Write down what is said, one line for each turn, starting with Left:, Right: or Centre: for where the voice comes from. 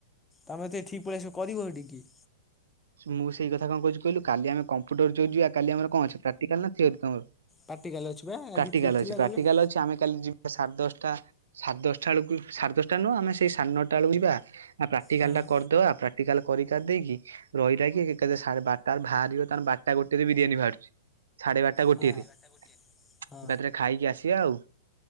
Left: ତମେତ ଏଠିକ ପଳେଇ ଆସିବ କରିବ ହେଠି କିଏ?
Right: ମୁଁ ସେଇ କଥା କଣ କହୁଛି କହିଲୁ କାଲିଆମେ କମ୍ପ୍ୟୁଟର ଯଉ ଯିବା କାଲି ଆମର କଣ ଅ ପ୍ରାକ୍ଟଟିକାଲ ନା ଥିଓରି ତମର?
Left: ପାଟିକାଲି ଅଛି ବା ଆଜି
Right: ପ୍ରାଟିକାଲ
Left: ଥିଓରି ଥିଲା
Right: ଅଛି ପ୍ରାଟିକାଲ
Left: ଗଲୁନି
Right: ଅଛି ଆମେ କାଲି ଜି ସାଢ଼େ ଦଶଟା ସାଢ଼େ ଦଶଟା ବେଳକୁ ସାଢେ ଦଶଟା ନୁହୁଁ ଆମେ ସେଇ ସାଢେ ନଅଟା ବେଳକୁ ଯିବା। ନା ପ୍ରାକ୍ଟିକାଲ
Left: ହଁ।
Right: ଟା କରିଦବା ପ୍ରାକ୍ଟିକାଲ କରି କାରି ଦେଇକି ରହିଲା ରାହିକି ଏକାଥରେ ସାଢେ ବାରଟାରେ ବାହାରିବ ତାମାନେ ବାରଟା ଗୋଟେରେ ବିରିୟାନୀ ବାହାରୁଛି ସାଢେବାର ଟା ଗୋଟିଏରେ
Left: ହଁ
Right: ଏକାଥରେ
Left: ହଁ
Right: ଖାଇକି ଆସିବା ଆଉ।